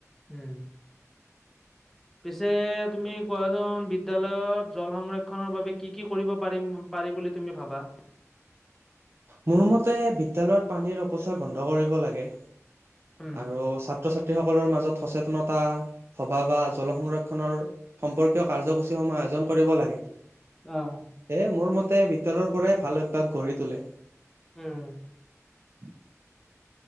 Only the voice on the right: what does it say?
মোৰ মতে বিদ্যালয়ত পানীৰ অপচয় বন্ধ কৰিব লাগে-
আৰু ছাত্ৰ ছাত্ৰীসকলৰ মাজত সচেতনতা সভা বা জল সংৰক্ষণৰ- সম্পৰ্কীয় কাৰ্যসূচীসমূহ আয়োজন কৰিব লাগে
এয়ে মোৰ মত- তে বিদ্যালয়ৰ পৰাই ভাল অভ্যাস গঢ়ি তোলে-
উ <inaudible>